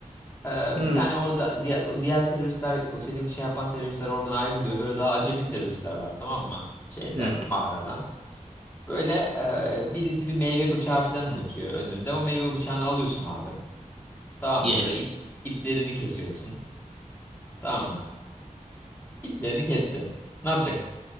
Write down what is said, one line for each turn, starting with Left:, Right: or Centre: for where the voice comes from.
Left: Ee,
Right: Hmm.
Left: bir tane orada diğer, o diğer teröristler o senin şey yapan teröristler oradan ayrılıyor. Böyle daha acemi teröristler var tamam mı? Şeyde
Right: hmm,
Left: mağarada. Böyle e, birisi bir meyve bıçağı falan unutuyor önünde. O meyve bıçağını alıyorsun abi. Tamam
Right: Yes.
Left: mı? Böyle ip, iplerini kesiyorsun. Tamam mı? İplerini kestin. Ne yapacaksın?